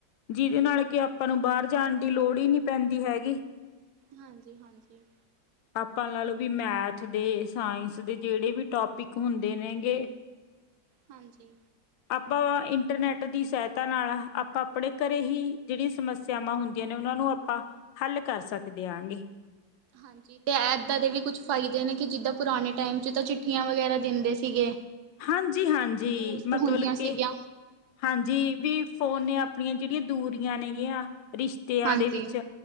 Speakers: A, on the left; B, on the right.
A: ਜਿਹਦੇ ਨਾਲ ਕਿ ਆਪਾਂ ਨੂੰ ਬਾਹਰ ਜਾਣ ਦੀ ਲੋੜ ਈ ਨੀ ਪੈਂਦੀ ਹੈਗੀ।
B: ਹਾਂਜੀ, ਹਾਂਜੀ।
A: ਆਪਾਂ ਲਾ ਲਓ ਵੀ ਮੈਥ ਦੇ ਸਾਇੰਸ ਦੇ ਜਿਹੜੇ ਵੀ ਟੋਪਿਕ ਹੁੰਦੇ ਨੇਗੇ
B: ਹਾਂਜੀ।
A: ਆਪਾਂ ਇੰਟਰਨੈਟ ਦੀ ਸਹਾਇਤਾ ਨਾਲ ਆਪਾਂ ਆਪਣੇ ਘਰੇ ਹੀ ਜਿਹੜੀਆਂ ਸਮੱਸਿਆਵਾਂ ਹੁੰਦੀਆਂ ਨੇ ਉਹਨਾਂ ਨੂੰ ਆਪਾਂ ਹੱਲ ਕਰ ਸਕਦੇ ਹਾਂਗੇ।
B: ਹਾਂਜੀ ਤੇ ਏਦਾਂ ਦੇ ਵੀ ਕੁਛ ਫਾਇਦੇ ਨੇ ਕਿ ਜਿੱਦਾਂ ਪੁਰਾਣੇ ਟਾਈਮ ਚ ਤਾਂ ਚਿੱਠੀਆਂ ਵਗੈਰਾ ਦਿੰਦੇ ਸੀਗੇ।
A: ਹਾਂਜੀ, ਹਾਂਜੀ
B: ਪੋਸਟ
A: ਮਤਲਬ
B: ਹੁੰਦੀਆਂ ਸੀਗੀਆਂ,
A: ਕੇ ਹਾਂਜੀ ਵੀ ਫੋਨ
B: ਹੁਣ
A: ਨੇ ਆਪਣੀਆਂ ਜਿਹੜੀਆਂ ਦੂਰ ਦੀਆਂ ਨੇਗਿਆ। ਰਿਸ਼ਤਿਆਂ
B: ਹਾਂਜੀ
A: ਦੇ ਵਿੱਚ